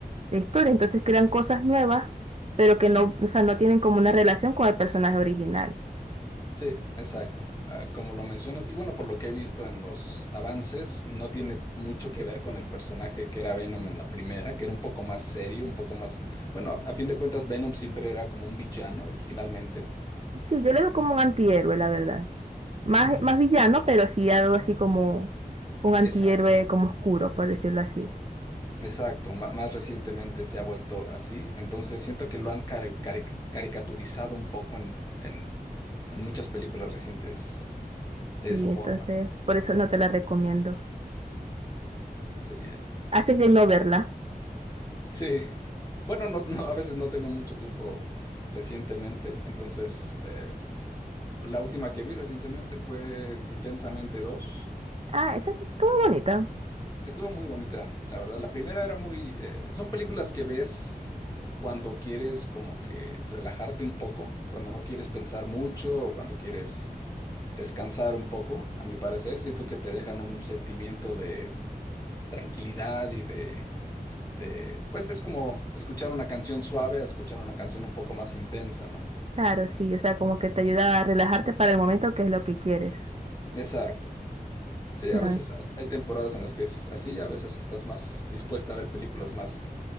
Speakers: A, on the right; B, on the left.
A: de historia, entonces crean cosas nuevas, pero que no, o sea, no tienen como una relación con el personaje original.
B: Sí, exacto, ah, como lo mencionas. Y bueno, por lo que he visto en los avances, no tiene mucho que ver con el personaje que era Venom en la primera, que era un poco más serio, un poco más... Bueno, a, a fin de cuentas, Venom siempre era como un villano originalmente.
A: Sí, yo lo veo como un antihéroe, la verdad. Más,
B: Ujú.
A: más villano, pero sí algo así como un antihéroe
B: Esa
A: como oscuro, por decirlo así.
B: Exacto, ma- más recientemente se ha vuelto así, entonces siento que lo han cari- cari- caricaturizado un poco en, en, en muchas películas recientes de
A: Y
B: esa forma,
A: entonces,
B: ¿no?
A: por eso no te la recomiendo.
B: Muy bien.
A: Haces bien no verla.
B: Sí, bueno, no, no, a veces no tengo mucho tiempo recientemente, entonces eh, la última que vi recientemente fue Intensamente dos.
A: Ah, esa es estuvo bonita.
B: Estuvo muy bonita, la verdad. La primera era muy... eh, son películas que ves cuando quieres como que relajarte un poco, cuando no quieres pensar mucho o cuando quieres descansar un poco, a mi parecer. Siento que te dejan un sentimiento de tranquilidad y de, de... Pues es como escuchar una canción suave a escuchar una canción un poco más intensa, ¿no?
A: Claro, sí, o sea, como que te ayuda a relajarte para el momento que es lo que quieres.
B: Exacto. Sí, a
A: No,
B: veces hay temporadas en las que es así, a veces estás más dispuesta a ver películas más